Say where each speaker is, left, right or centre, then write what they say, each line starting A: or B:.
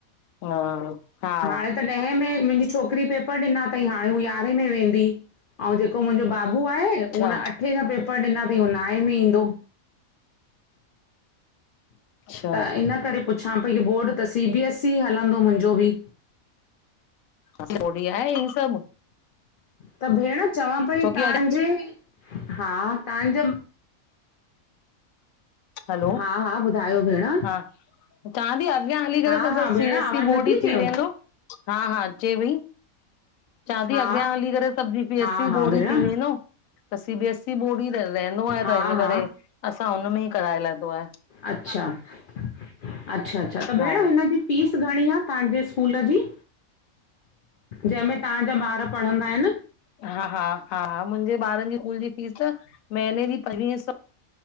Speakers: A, on the left; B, on the left.
A: हा हा
B: हाणे त त ॾहें में मुंजी छोकिरी पेपर ॾिना तई हाणे हू यारें में वेंदी। ऐं जेको मुंजो बाबू आये
A: अच्छा
B: हुन अठे ॼा पेपर ॾिना तई उ नाए में ईंदो।
A: अच्छा
B: त हिन करे पुछां पई की बोर्ड त सी बी एस ई हलंदो मुंजो ॿि।
A: <unintelligible> हि सॿ।
B: त भेण चवां पई
A: छोकी
B: तांॼे,
A: अॻ
B: हा तांजो।
A: हलो
B: हा-हा ॿुधायो भेण।
A: हा चांती अॻयां हली
B: हा
A: करे त सॿ
B: हा भेण
A: सी बी
B: आवाज़
A: एस ई
B: नथी
A: बोर्ड ई
B: अचेव
A: थी वेंदो। हा-हा अचे पई। चांती,
B: हा
A: अॻयां हली करे सॿ सी बी
B: हा
A: एस ई
B: हा
A: बोर्ड
B: भेण
A: ई थी वेंदो। त C B S E board ई रहंदो आये
B: हा
A: त हिन
B: हा
A: करे असां हुन में ई कराए लाथो आए।
B: अच्छ-अच्छा, अच्छा त भेण
A: हा
B: हिनॼी फीस घणी आ तांजे स्कूल जी? जेंमें तांजा ॿार पढ़ंदा आयन?
A: हा-हा, हा मुंजे ॿारन ॼी स्कूल ॼी फीस महीने ॼी पंजवीई सौ